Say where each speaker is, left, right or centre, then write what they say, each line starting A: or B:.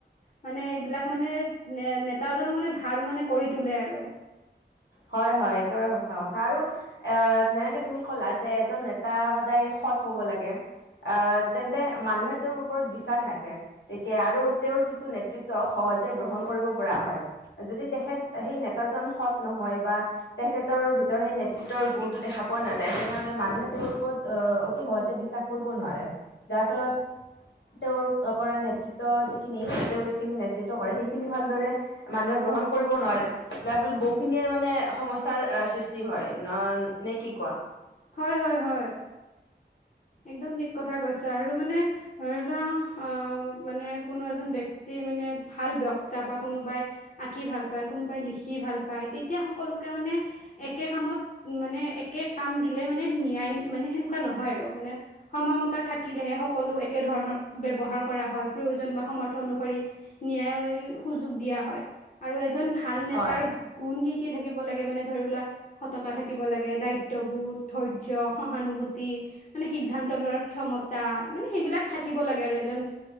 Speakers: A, on the left; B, on the left.
A: মানে এইবিলাক মানে নেতাজনক মানে ভাল মানে কৰি তোলে আৰু।
B: হয় হয় একেবাৰে সঁচা কথা আৰু এ যেনেকে তুমি ক'লা যে এজন নেতা সদায় সৎ হ'ব লাগে আ তেন্তে মানুহে তেওঁৰ ওপৰত বিশ্বাস ৰাখে তেতিয়া আৰু তেওঁৰ যিটো নেতৃত্ব স হজে গ্ৰহণ কৰিব পৰা হয় যদি তেখেত সেই নেতাজন সৎ নহয় বা তেখেতৰ ভিতৰত সেই নেতৃত্বৰ গুণটো দেখা পোৱা নাযায় তেনেহলে মানুহে তেওঁৰ ওপৰত অ অতি সহজে বিশ্বাস কৰিব নোৱাৰে যাৰ ফলত তেওঁৰ কৰা নেতৃত্ব যিখিনি তেওঁৰ যিখিনি নেতৃত্ব কৰে সেইখিনি ভালদৰে মানুহে গ্ৰহণ কৰিব নোৱাৰে যাৰ ফলত বহুখিনিয়ে মানে মানে সমস্যাৰ সৃষ্টি হয় ন নে কি কোৱা
A: হয় হয় হয়। একদম ঠিক কথা কৈছা আৰু মানে ধৰি লোৱা অ মানে কোনো এজন ব্যক্তি মানে ভাল বক্তা বা কোনোবাই আঁকি ভাল পায় কোনোবাই লিখি ভাল পায় তেতিয়া সকলোকে মানে একে কামত মানে একে কাম দিলে মানে ন্যায় মানে সেনেকুৱা নহয় আৰু মানে সময়মতে থাকিলেহে সকলো একে ধৰণৰ ব্যৱহাৰ কৰা হয় প্ৰয়োজন বা সমৰ্থ অনুসৰি ন্যায় সুযোগ দিয়া হয়। আৰু আজি এজন ভাল নেতাৰ
B: হয়
A: গুণ কি? কি থাকিব লাগে মানে ধৰি লোৱা সততা থাকিব লাগে দায়িত্ববোধ। ধৈৰ্য্য সহানুভূতি মানে সিদ্ধান্ত লোৱাৰ ক্ষমতা মানে সেইবিলাক থাকিব লাগে। আৰু এজন